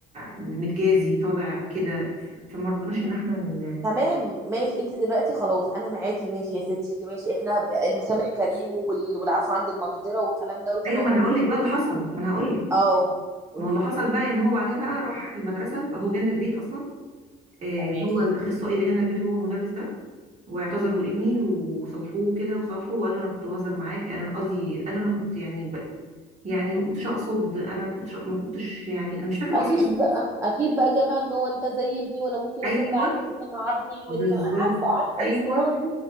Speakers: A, on the right; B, on the right.
A: ب- متجازي طالع كده ف- فما رضناش ان احنا ن...
B: تمام ماشي انت دلوقتي خلاص انا معاكي ماشي يا ستي ماشي احنا المسامح كريم وال- والعفو عند المقدرة والكلام ده وتمام
A: ايوه ما انا
B: اوكي
A: هقول لك بقى اللي حصل ما انا هقول لك
B: اه قولي
A: ما هو اللي
B: لي
A: حصل بقى ان هو بعدها بقى راح المدرسه بقى هو جالنا البيت اصلا آه،
B: تمام
A: هو الاخصائي ده جالنا البيت هو المدرس ده واعتذروا لابني وصلحوه كده وصالحوه وقال له انا كنت بهزر معاك انا قصدي قال له انا كنت يعني ب... يعني ما كنتش اقصد انا كنت ما كنتش يعني انا مش فاكر
B: اكيد
A: اصلا
B: بقى اكيد بقى جابها ان هو انت زي ابني وانا ممكن
A: ايوه
B: اكون بعمل كده مع ابني
A: بالظبط
B: والكلام انا عارفه عارفه
A: ايوه
B: الاسطوانه دي